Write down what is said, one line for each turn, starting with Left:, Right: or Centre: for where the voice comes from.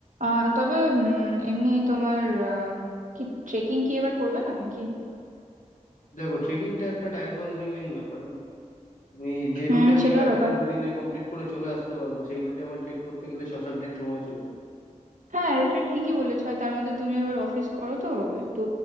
Right: আহ তবে উম, এমনি তোমার আম, কি ট্রেকিং কি এবার করবে না নাকি
Left: দেখো ট্রেকিংটা একটা টাইম কনজিউমিং ব্যাপার না তুমি যে
Right: হুম
Left: রুটে আমি
Right: সেটাও
Left: গাড়িতে
Right: ব্যাপার
Left: দুদিনে কমপ্লিট করে চলে আসতে পারবো সেই রুটে আমার ট্রেক করতে গেলে ছ সাত দিন সময় চলে যাবে
Right: হ্যাঁ এটা ঠিকই বলেছো আর তার মধ্যে তুমি আবার অফিস করো তো একটু